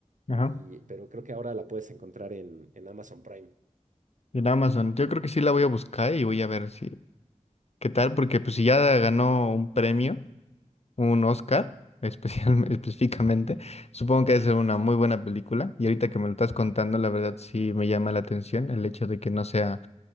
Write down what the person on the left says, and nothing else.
Ajá.
En Amazon. Yo creo que sí la voy a buscar y voy a ver si qué tal, porque pues si ya ganó un premio. un Oscar, especial- <laughs> específicamente. Supongo que debe ser una muy buena película. Y ahorita que me lo estás contando, la verdad sí me llama la atención el hecho de que no sea